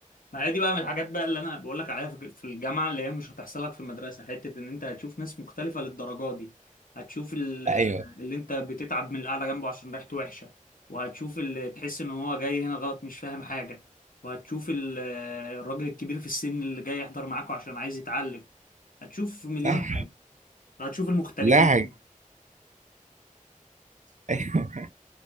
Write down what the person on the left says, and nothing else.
ما هي دي بقى من الحاجات بقى اللي انا بقول لك عليها في في الجامعه اللي هي مش هتحصل لك في المدرسه حته ان انت هتشوف ناس مختلفه للدرجه دي هتشوف ال-
اللي انت بتتعب من القعده جنبه عشان ريحته وحشه وهتشوف اللي تحس ان هو جاي هنا غلط مش فاهم حاجه وهتشوف ال- الراجل الكبير في السن اللي جاي يحضر معاكوا عشان عايز يتعلم هتشوف مليون
حاجه هتشوف المغتربين